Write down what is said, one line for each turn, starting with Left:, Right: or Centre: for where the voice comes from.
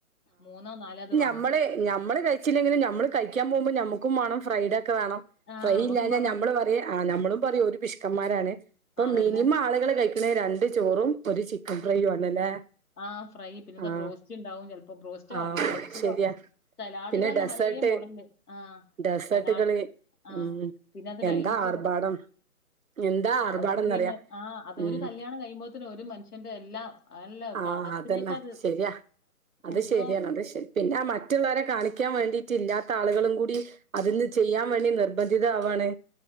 Left: മൂന്നോ നാലോ അത് വാ
Right: നമ്മള് നമ്മള് കഴിച്ചില്ലെങ്കിൽ നമ്മള് കഴിക്കാൻ പോകുമ്പോ നമുക്കും വേണം ഫ്രൈഡ ഒക്കെ വേണം
Left: ആഹ്
Right: ഫ്രൈ
Left: നമ്മക്കും
Right: ഇല്ലാഞ
Left: വേണം
Right: നമ്മള് പറയും ആ നമ്മളും ഒരു പിഷ്ക്കന്മാരാണ് ഇപ്പൊ
Left: ആ അതന്നെ
Right: മിനിമം ആളുകൾ കഴിക്ക്ണെ രണ്ട് ചോറും ഒരു ചിക്കൻ ഫ്രൈ ആണല്ലേ
Left: ആ ഫ്രൈ പിന്നെന്താ
Right: ആഹ്
Left: ബ്രോസ്റ്റ് ഉണ്ടാവും ചിലപ്പോ ബ്രോസ്റ്റോ
Right: ആഹ്
Left: അല്ലേ പൊരിച്ചതോ
Right: ശരിയാ
Left: സലാഡുകൾ
Right: പിന്നെ
Left: തന്നെ
Right: ഡെസേർട്ട്
Left: പലേ മോഡല് ആ
Right: ഡെസേർട്ടുകള്
Left: സലാഡ് ആഹ
Right: ഉം
Left: പിന്നെ അത് കഴിഞ്ഞിട്ട്
Right: എന്താ ആർഭാടം എന്താ ആർഭാടംന്നറിയാ
Left: ഐസ്ക്രീം ആ അതൊരു
Right: ഉം
Left: കല്ല്യാണം കഴിയുമ്പോത്തനെ ഒരു മനുഷ്യന്റെ എല്ലാം അല്ല
Right: ആഹ
Left: കടത്തിലേക്ക്
Right: അതന്നെ
Left: അത്
Right: ശരിയാ
Left: ഫുഡോ
Right: അത് ശരിയാണ് അത് പിന്നെ ആ മറ്റുള്ളവരെ കാണിക്കാൻ വേണ്ടിട്ടിറ്റ് ഇല്ലാത്ത ആളുകളും കൂടി അതൊന്ന് ചെയ്യാൻ വേണ്ടി നിർബന്ധിത ആവാണ്